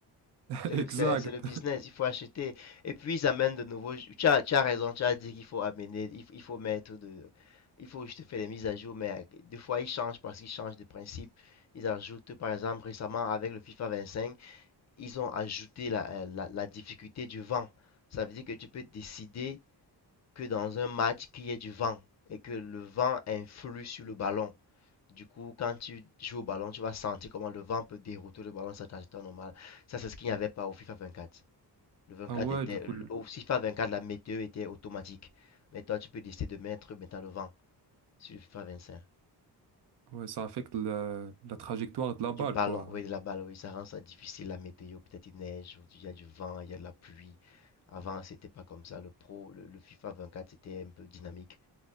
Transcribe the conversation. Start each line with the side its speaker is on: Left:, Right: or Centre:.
Right: <laughs>
Left: C'est
Right: exact.
Left: le, c'est, c'est le business, il faut acheter. Et puis ils amènent de nouveaux. Tu as, tu as raison, tu as dit qu'il faut amener, il, faut- il faut mettre de. Il faut juste faire des mises à jour, mais euh, des fois ils changent parce qu'ils changent de principe. Ils ajoutent, par exemple, récemment avec le FIFA 25, ils ont ajouté la, euh, la, la difficulté du vent. Ça veut dire que tu peux décider que dans un match qu'il y ait du vent et que le vent influe sur le ballon. Du coup, quand tu joues au ballon, tu vas sentir comment le vent peut dérouter le ballon, sur ça c'est normal. Ça, c'est ce qu'il n'y avait pas au FIFA 24. Le 24
Right: Ah ouais,
Left: était,
Right: du coup, le-
Left: au FIFA 24, la météo était automatique. Mais toi, tu peux décider de mettre maintenant le vent sur le FIFA 25.
Right: ouais, ça affecte la, la trajectoire de la
Left: Du
Right: balle,
Left: ballon,
Right: quoi.
Left: oui, de la balle, oui, ça rend ça difficile, la météo. Peut-être il neige, ou il y a du vent, il y a de la pluie. Avant, c'était pas comme ça. Le pro, le, le FIFA 24, c'était un peu dynamique.